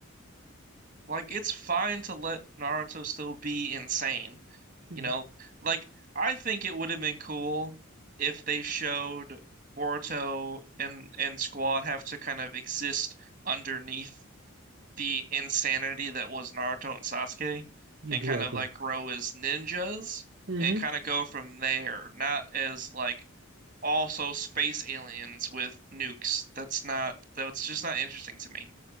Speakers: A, on the right; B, on the right.
A: Like it's fine to let Naruto still be insane.
B: hmm
A: You know, like I think it would have been cool if they showed Boruto and and Squad have to kind of exist underneath the insanity that was Naruto and Sasuke
B: Exactly.
A: and kind of like grow as ninjas
B: hmm
A: and kind of go from there, not as like also space aliens with nukes. That's not that's just not interesting to me.